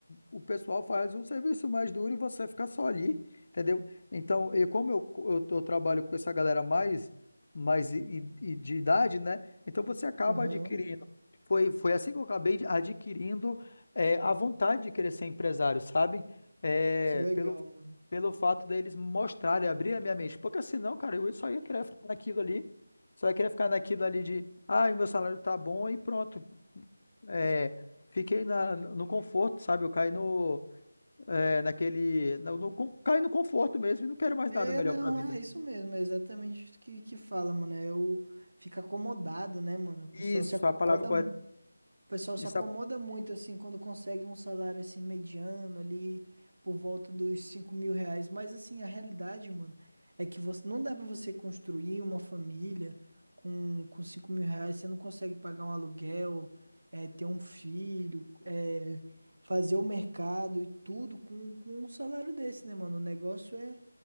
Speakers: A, on the left; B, on the right.
A: o pessoal faz um serviço mais duro e você fica só ali, entendeu? Então, eu, como eu, eu, tô- eu trabalho com essa galera mais, mais e, e- e de idade, né? Então você acaba
B: Aham,
A: adquirindo. Foi, foi assim que eu acabei de- adquirindo é, a vontade de querer ser empresário, sabe? É,
B: que legal,
A: pelo,
B: mano.
A: pelo fato deles mostrarem, abrir a minha mente. Porque senão, cara, eu só ia querer ficar naquilo ali. Você vai querer ficar naquilo ali de, ah, meu salário tá bom e pronto. É, fiquei na, no conforto, sabe? Eu caí no, é, naquele, no, no, con- caí no conforto mesmo e não quero mais
B: É,
A: nada melhor
B: não,
A: pra vida.
B: é isso mesmo, é exatamente isso que, que fala, mano. É o fica acomodado, né, mano? O pessoal
A: Isso,
B: se acomoda
A: a palavra correta,
B: O pessoal
A: isso
B: se acomoda
A: é
B: muito assim quando consegue um salário assim mediano ali por volta dos cinco mil reais. Mas assim, a realidade, mano, é que você não dá pra você construir uma família com, com cinco mil reais. Você não consegue pagar um aluguel, é, ter um filho, é, fazer o mercado e tudo com, com um salário desse, né, mano? O negócio é,